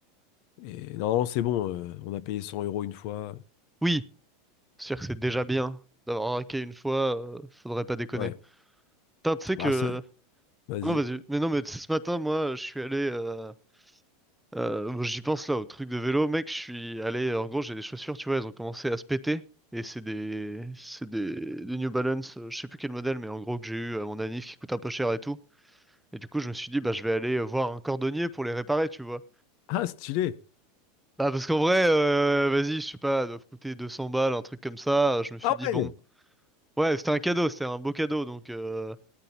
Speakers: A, on the left; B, in the centre.
A: et normalement, c'est bon, euh, on a payé 100 euros une fois.
B: Oui, c'est sûr que c'est déjà bien d'avoir raqué une fois, euh, faudrait pas déconner.
A: Ouais.
B: Putain, tu sais
A: Bah,
B: que
A: ça... Vas-y.
B: Non, vas-y. Mais non, mais tu sais, ce matin, moi, je suis allé. Euh, euh, bon, j'y pense là, au truc de vélo, mec. Je suis allé. En gros, j'ai des chaussures, tu vois, elles ont commencé à se péter. Et c'est des, c'est des, des New Balance, euh, je sais plus quel modèle, mais en gros que j'ai eu à mon anniv qui coûte un peu cher et tout. Et du coup, je me suis dit, bah, je vais aller euh, voir un cordonnier pour les réparer, tu vois.
A: Ah, stylé.
B: Bah, parce qu'en vrai, euh, vas-y, je sais pas, elles doivent coûter 200 balles, un truc comme ça. Je me suis
A: Ah
B: dit,
A: ouais.
B: bon, ouais, c'était un cadeau, c'était un beau cadeau, donc. euh,